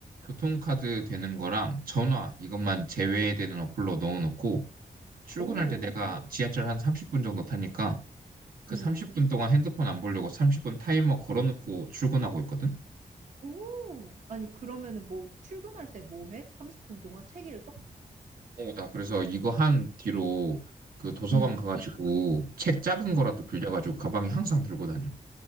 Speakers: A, on the right (about 85°); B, on the right (about 55°).
A: 교통카드 되는 거랑 전화 이것만 제외되는 어플로 넣어놓고 출근할
B: 오,
A: 때 내가 지하철 한 30분 정도 타니까 그
B: 응,
A: 30분 동안 핸드폰 안 보려고 30분 타이머 걸어놓고 출근하고 있거든?
B: 오. 아니, 그러면은 뭐, 출근할 때 뭐 해? 30분 동안 책 읽어?
A: 어, 나 그래서 이거 한 뒤로 그 도서관
B: 응,
A: 가가지고 책 작은 거라도 빌려가지고 가방에 항상 들고 다녀.